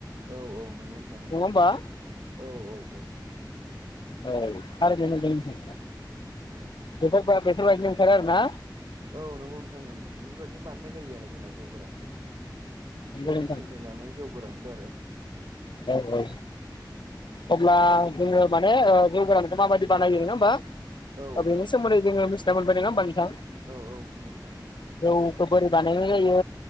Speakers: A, on the right (about 60°); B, on the left (about 80°).
A: औ औ नंगौ नोंथां नंगौ
B: नङा होमबा
A: औ औ औ।
B: औ थारैनो नोंथां
A: औ
B: बेफोरबादिनो
A: नंगौ नोंथां
B: ओंखारो आरो ना।
A: औ नोंगौ नोंथां ओं बेफोरबायदिनो बानायनाय जायो आरो जोंना जौ गोरानखौ
B: नंगौ
A: जौ
B: नोंथां
A: गिसिनिफ्राय लानानै जौ गोरानखो आरो।
B: औ औ। अब्ला जोङो माने ओ जौ गोरानखो मा बायदि बानायो नङा होमबा।
A: औ
B: बेनि सोमोन्दै जोङो मिथिना मोनबाय नङा होमबा नोंथां
A: औ औ नंगौ नोंथां नंगौ
B: औ। बोरै बानायनाय जायो